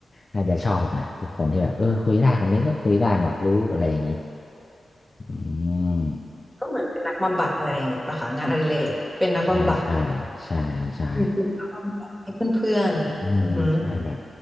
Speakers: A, on the left (about 30°); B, in the centre.
A: น่าจะชอบนะทุกคนที่แบบเออคุยได้คนนี้ก็คุยได้หมดรู้อะไรอย่างนี้อืม
B: ก็เหมือนเป็นนักบำบัดอะไรอย่างงี้ปะคะงานอดิเรกเป็นนักบำบัด
A: ใช่ใช่ใช่ใช่
B: อืมนักบำบัดให้เพื่อนๆอือหือ
A: อืมใช่แบบ